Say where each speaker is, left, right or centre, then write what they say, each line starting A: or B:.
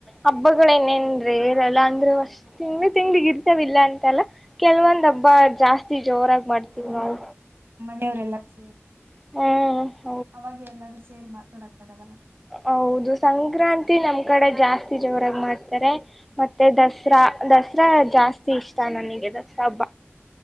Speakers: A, in the centre; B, on the right.
A: ಹಬ್ಬಗಳೇನೇನ್ರ ರಲ್ಲ ಅಂದ್ರರು ಅಷ್ಟ ತಿಂಗಳ ತಿಂಗಳಿಗ್ ಇರ್ತವಿಲ್ಲ ಅಂತಲ್ಲ ಕೆಲವೊಂದ್ ಹಬ್ಬ ಜಾಸ್ತಿ ಜೋರಾಗಿ ಮಾಡ್ತೀವಿ ನಾವು
B: ಮನೆಯವರೆಲ್ಲ ಸೇರಿ
A: <unintelligible>
B: ಅವಾಗ ಎಲ್ಲರೂ ಸೇ ಹೇ ಮಾತಾಡಕ್ತಾಗದಲ್ಲ
A: ಹೌದು ಸಂಕ್ರಾಂತಿ ನಮ್ ಕಡೆ ಜಾಸ್ತಿ ಜೋರಾಗಿ ಮಾಡ್ತಾರೆ ಮತ್ತೆ ದಸರಾ ದಸರಾ ಜಾಸ್ತಿ ಇಷ್ಟ ನನಗೆ ದಸರಾ ಹಬ್ಬ